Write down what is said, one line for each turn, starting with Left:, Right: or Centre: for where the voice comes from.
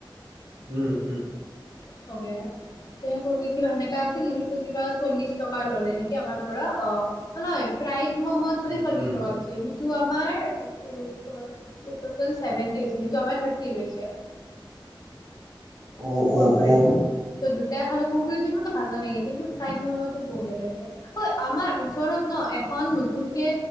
Right: উম, উম,
Left: <unintelligible> কিবা সেনেকা আছিল সেইটো কিবা চল্লিশ টকা ললে নেকি আমাৰ পৰা অ নহয় ফ্ৰাইড ম'ম' টোহে
Right: উম,
Left: চল্লিশ
Right: উম।
Left: টকা লৈছে সিটো আমাৰ <unintelligible> টটেলচ <unintelligible>
Right: অ',
Left: কুৰকুুৰ
Right: অ', অ',
Left: <unintelligible> তাতে খালো‌ কুৰকুৰীটো ইমান‌ এটা ভাল নালাগে কিন্তু ফ্ৰাইড ম'মটো বঢ়িয়া লাগিছে। ঐ আমাৰ ওচৰত ন এখন নতুন কে